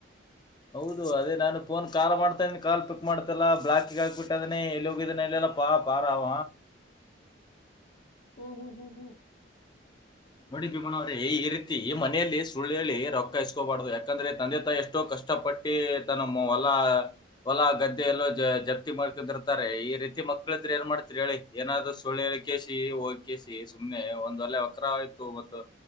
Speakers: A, on the left (about 25°); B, on the left (about 85°).
A: ಹೌದು ಅದೇ ನಾನ ಫೋನ್ ಕಾಲ್ ಮಾಡ್ತಾಯಿದೀನಿ ಕಾಲ್ ಪಿಕ್ ಮಾಡ್ತಲ್ಲ ಬ್ಲಾಕಿಗೆ ಹಾಕ್ಬಿಟ್ಟದಾನೆ ಎಲ್ಲಿ ಹೋಗಿದ್ದಾನೆಲಲ್ಲ ಪಾ ಬಾರಾವ
B: ಹೊ ಹೊ ಹೋ ಹೋ
A: ನೋಡಿ ಭೀಮಣ್ಣ ಅವ್ರೆ ಈ ರೀತಿ ಮನೆಯಲ್ಲಿ ಸುಳ್ಳು ಹೇಳಿ ರೊಕ್ಕ ಇಸ್ಕೋಬಾರ್ದು ಯಾಕಂದ್ರೆ ತಂದೆ ತಾಯಿ ಎಷ್ಟೋ ಕಷ್ ಕಷ್ಟ ಪಟ್ಟಿ ತನ್ನ ಹೊಲ ಹೊಲ ಗದ್ದೆಯಲ್ಲ ಜಪ್ತಿ ಮಾಡಕೊಂಡಿರ್ತಾರೆ ಈ ರೀತಿ ಮಕ್ಕಳ ಇದ್ರೆ ಏನ್ ಮಾಡ್ತಿರಿ ಹೇಳಿ ಏನಾದ್ರು ಸುಳ್ಳ ಹೇಳ ಕೇಸಿ ಹೋಗಿ ಕೇಸಿ ಸುಮ್ಮನೆ ಒಂದ ಒಲೆ ಎಕ್ರ ಹೂ ಒಂದು